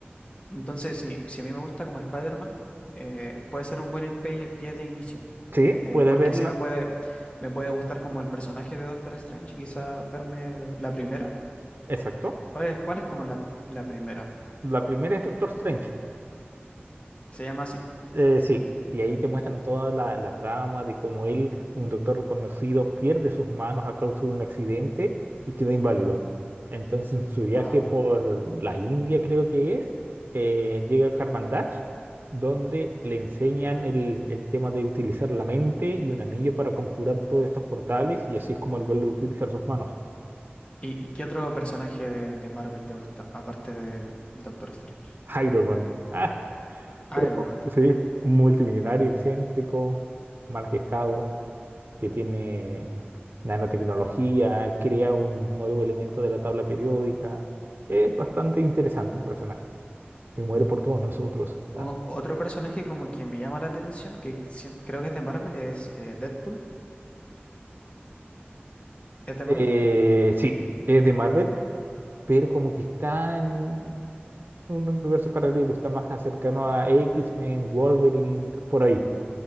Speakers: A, on the left; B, on the right.
A: Entonces, si, si a mí me gusta como Spider-Man, eh, puede ser un buen pie, pie de inicio,
B: Sí,
A: eh,
B: puedes
A: porque
B: verla.
A: así me puede, me puede gustar como el personaje de Doctor Strange y quizás verme la primera.
B: Exacto.
A: ¿Cuál es, cuál es como la, la primera?
B: La primera es Doctor Strange.
A: Se llama así.
B: Eh, sí, y ahí te muestran toda la, la trama de cómo él, un doctor reconocido, pierde sus manos a causa de un accidente y queda inválido. Entonces, en su viaje
A: Wow.
B: por la India, creo que es, eh, llega a Karmandach, donde le enseñan el, el tema de utilizar la mente y un anillo para conjurar todos estos portales, y así es como él vuelve a utilizar sus manos.
A: ¿Y, y qué otro personaje de, de Marvel te gusta, aparte de Doctor Strange?
B: <laughs> Iron Man. Ah,
A: Iron
B: <laughs>
A: Man también.
B: sí, un multimillonario excéntrico, mal gestado. que tiene nanotecnología, crea un nuevo elemento de la tabla periódica. Es bastante interesante el personaje. Y muere por todos nosotros. <laughs>
A: O- otro personaje como que me llama la atención, que si- creo que es de Marvel, es eh, Deadpool. ¿Es de Marvel?
B: Eh, sí, es de Marvel, pero como que está en un universo paralelo, está más cercano a X-Men, Wolverine, por ahí.